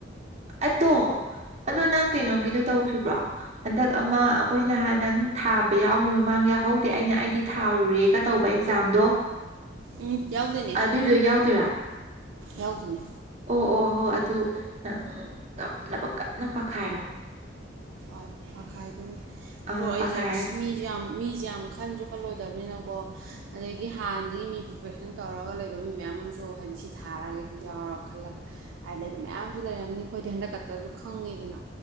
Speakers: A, on the right; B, on the right.
A: ꯑꯇꯣ ꯑꯗꯣ ꯅꯪ ꯀꯩꯅꯣꯒꯤꯗꯣ ꯇꯧꯈꯤꯕ꯭ꯔꯣ ꯍꯟꯗꯛ ꯑꯃ ꯑꯩꯈꯣꯏ ꯅꯍꯥꯟ ꯅꯪ ꯊꯥꯕ ꯌꯥꯎꯅꯤ ꯃꯃꯥꯡ ꯌꯥꯎꯍꯧꯗꯦ ꯑꯩꯅ ꯑꯩꯗꯤ ꯊꯥꯔꯨꯔꯦꯒ ꯇꯧꯕ ꯑꯦꯛꯖꯥꯝꯗꯣ
B: ꯎꯝ ꯌꯥꯎꯗꯣꯏꯅꯦ
A: ꯑꯗꯨꯏꯗꯣ ꯌꯥꯎꯗꯣꯏꯔꯥ
B: ꯌꯥꯎꯗꯣꯏꯅꯦ
A: ꯑꯣ ꯑꯣ ꯍꯣ ꯑꯗꯨ ꯅꯪ ꯉꯝꯅꯕ ꯀ ꯅ ꯄꯛꯈꯥꯏꯔꯣ꯫
B: ꯍꯣꯏ ꯃꯈꯥꯏꯗꯨꯅꯤ ꯑꯗꯣ
A: ꯑꯥ
B: ꯑꯩꯁꯦ
A: ꯄꯥꯈꯥꯏꯔꯗꯤ
B: ꯑꯁ ꯃꯤꯁꯨ ꯌꯥꯝ ꯃꯤꯁꯦ ꯌꯥꯝ ꯈꯟꯁꯨ ꯈꯜꯂꯣꯏꯗꯕꯅꯤꯅꯀꯣ꯫ ꯑꯗꯒꯤ ꯍꯥꯟꯅꯗꯒꯤ ꯃꯤ ꯄ꯭ꯔꯤꯄꯦꯔꯦꯁꯟ ꯇꯧꯔꯒ ꯂꯩꯕ ꯃꯤ ꯃꯌꯥꯝ ꯑꯃꯁꯨ ꯍꯥꯏꯗꯤ ꯁꯤ ꯊꯥꯔꯒ ꯁꯤ ꯌꯥꯎꯔ ꯈꯜꯂꯒ ꯍꯥꯏ ꯂꯩꯕ ꯃꯌꯥꯝ ꯑꯃꯁꯨ ꯂꯩꯔꯝꯅꯤ ꯑꯩꯈꯣꯏꯗꯤ ꯍꯟꯗꯛ ꯀꯛꯇꯁꯨ ꯈꯪꯉꯤꯗꯅ